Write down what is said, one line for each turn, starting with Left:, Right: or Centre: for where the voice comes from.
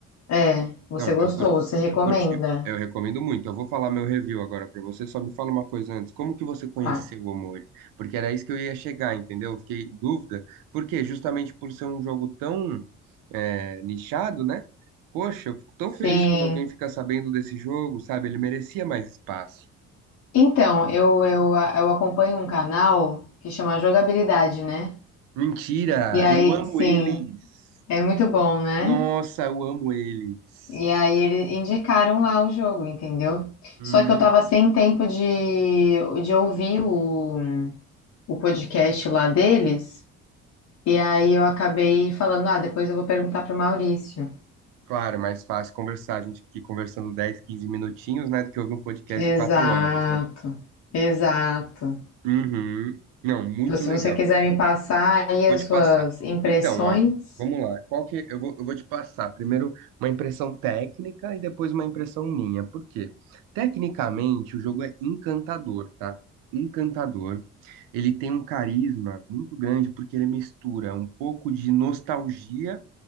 Left: É, você
Right: Não,
Left: gostou,
Right: eu curti,
Left: você recomenda.
Right: eu curti, eu recomendo muito. Eu vou falar meu review agora pra você, só me fala uma coisa antes. Como que você conheceu
Left: Tá.
Right: o Omori? Porque era isso que eu ia chegar, entendeu? Eu fiquei em dúvida. Por quê? Justamente por ser um jogo tão é, nichado, né? Poxa, eu fico tão feliz
Left: Sim.
Right: quando alguém fica sabendo desse jogo, sabe? Ele merecia mais espaço.
Left: Então, eu, eu, eu acompanho um canal que chama Jogabilidade, né?
Right: Mentira!
Left: E aí,
Right: Eu amo
Left: sim,
Right: eles!
Left: é muito bom, né?
Right: Nossa, eu amo eles!
Left: E aí eles indicaram lá o jogo, entendeu?
Right: Hum.
Left: Só que eu tava sem tempo de, de ouvir o, o podcast lá deles. E aí eu acabei falando, ah, depois eu vou perguntar pro Maurício.
Right: Claro, é mais fácil conversar. A gente aqui conversando 10, 15 minutinhos, né? Do que ouvir um podcast
Left: Exato,
Right: de 4 horas, né?
Left: exato.
Right: Uhum. Não, muito
Left: Então, se
Right: legal.
Left: você quiser me passar aí
Right: Vou
Left: as
Right: te
Left: suas
Right: passar.
Left: impressões,
Right: Então, ó, vamos lá. Qual que é, eu vou, eu vou te passar primeiro uma impressão técnica e depois uma impressão minha. Por quê? Tecnicamente, o jogo é encantador, tá? Encantador. Ele tem um carisma muito grande porque ele mistura um pouco de nostalgia